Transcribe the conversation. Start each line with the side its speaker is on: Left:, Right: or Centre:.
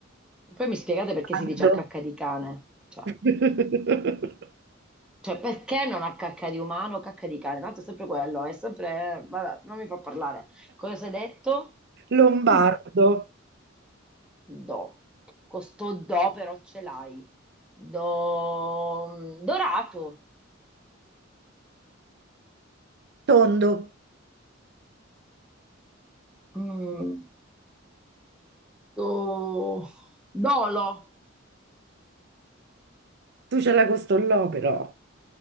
Centre: Poi mi spiegate perché
Right: Aldo.
Centre: si dice a cacca di cane? Cioè,
Right: <laughs>
Centre: cioè, perché non a cacca di umano, cacca di cane? Tanto è sempre quello, è sempre... Vabbè, non mi fa parlare. Cosa hai detto?
Right: Lombardo,
Centre: <laughs> Do. Questo do però ce l'hai. Do... Dorato.
Right: tondo,
Centre: Mm, do... Dolo.
Right: tu ce l'hai con sto lo però.